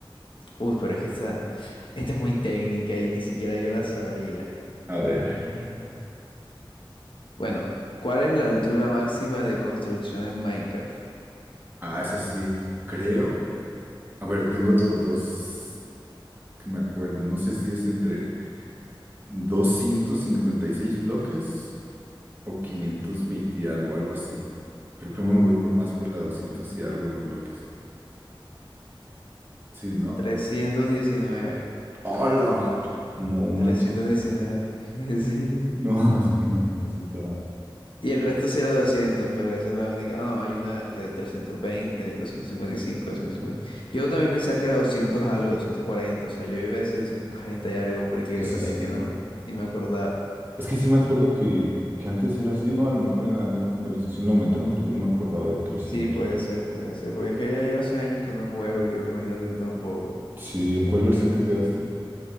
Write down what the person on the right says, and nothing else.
A ver.
Ah, esa sí, creo. A ver, tengo do- dos que me acuerdo. No sé si es entre 256 bloques o 520 y algo, algo así. Pero creo que me voy por más por la 200 y algo de bloques. Sí, ¿no?
¡Hola! No manches.
No, <laughs> no, no, no, sí estaba.
Sí,
sí,
sí.
Es que sí me acuerdo que, que antes era así, ¿no? A lo mejor en la nueva actualización lo aumentaron porque no me acordaba de 300.
Sí, ¿en cuál versión te quedaste?